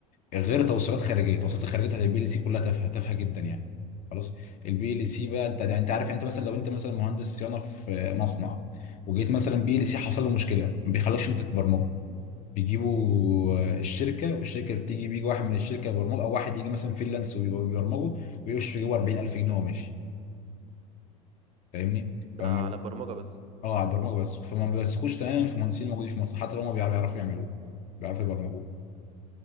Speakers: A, on the left; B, on the right.
A: غير توصيلات خارجيه التوصيلات الخارجيه بتاعت البي ال سي كلها تافهه تافهه جدا يعني خلاص البي ال سي بقى انت يعني انت عارف يعني انت مثلا لو انت مثلا مهندس صيانه في مصنع وجيت مثلا بي ال سي حصل له مشكله ما بيخلوكش انت تبرمجه بيجيبوا آه، الشركه والشركه بتيجي بيجي واحد من الشركه يبرمجه او واحد يجي مثلا فريلانس وبيبرمجه ويمشي يجيبه 40000 جنيه وهو ماشي فاهمني
B: ده
A: اه
B: على برمجه بس
A: على البرمجه بس فما بيثقوش تماما في المهندسين الموجودين في مصر حتى لو هم بيعرفوا يعرفوا يعملوه بيعرفوا يبرمجوه